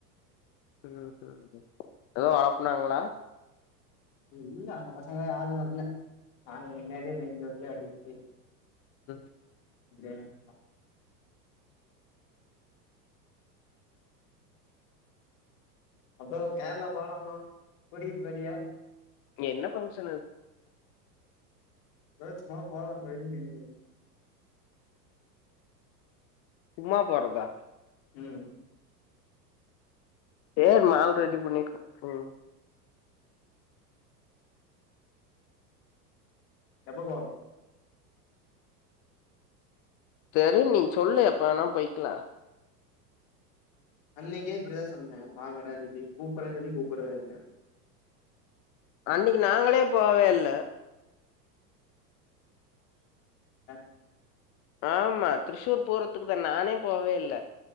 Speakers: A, on the left (about 30°); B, on the left (about 55°).
A: ம் ம் எதோ ஆப்னாங்களா
B: இல்ல அந்த பசங்கங்களா யாரும் வரல நாங்க மின்னாடியே மெயின்ரோட்லே அடிச்சு
A: ம்
B: இதே தான் அப்போ கேரளா போலாமா கூட்டிட் பேயிரியா
A: என்ன பங்க்ஷனு
B: தாச் வாபா பையனுக்கு இன்னிக்கி
A: சும்மா போறதா
B: ம்
A: ஏ மால ரெடி பண்ணிட்டு ம்
B: எப்ப போறோ
A: தெரி நீ சொல்லு எப்ப வேணாலு போய்க்குலா
B: அன்னைக்கே இப்டிதா சொன்ன வாங்கடான் சொல்டு கூப்பறன் சொல்லி கூப்படவே இல்ல
A: அன்னிக்கு நாங்களே போவே இல்ல
B: அ
A: ஆமா ட்ரிஸுர் போறதுக்கு தா நானே போவே இல்ல